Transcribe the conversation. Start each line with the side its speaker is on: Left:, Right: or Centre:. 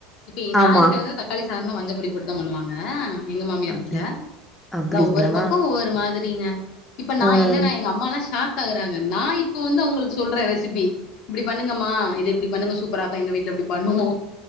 Left: இப்ப நா
Centre: ஆமா
Left: இருக்கிறது தக்காளி சாதம்லா மஞ்சபொடி போட்டுதா பண்ணுவாங்க எங்க மாமியார்
Centre: அப்டி
Left: வீட்ல
Centre: அப்டிங்களா
Left: அதா ஒவ்வொரு பக்கோ ஒவ்வொரு மாதி ரிங்க இப்ப நா
Centre: ம்
Left: என்னனா எங்க அம்மாலா ஷாக் ஆகுறாங்க நா இப்ப வந்து அவுங்களுக்கு சொல்றே ரெசிபி ணுங்கம்மா இது இப்டி பண்ணுங்க சூப்பராக்கு எங்க வீட்ல இப்டி பண்ணுவோ